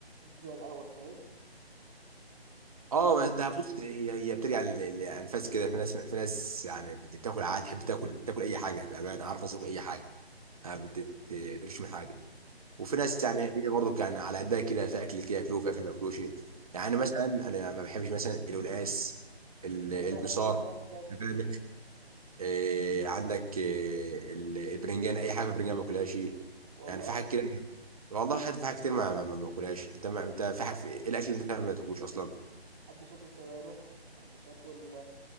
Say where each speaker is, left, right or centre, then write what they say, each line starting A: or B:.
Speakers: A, on the right; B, on the right.
A: زي الاول فاهم
B: اه ما انت بص هي هي بترجع لل- للانفاس كده في ناس في ناس يعني بتاكل عادي تحب تاكل تاكل اي حاجه بامانه عارف تاكل اي حاجه يعني ما بتقرفش من حاجه وفي ناس يعني هي برضو كان على قدها كده في اكل كده ياكلوه في اكل ما ياكلوش يعني مثلا انا ما بحبش مثلا القلقاس ال- البصار
A: انا ما بحبش القلقاس برضه
B: البانغ إيه عندك إيه ال- البرنجان اي حاجه في البرنجان ما باكلهاش
A: والله
B: يعني في حاجات كده والله في حاجات في حاجات كتير ما ما ما باكلهاش انت ما انت في حاجه في إيه الاكل اللي انت ما تاكلوش اصلا
A: ما بحبش اكل سبانخ ما بحبش اكل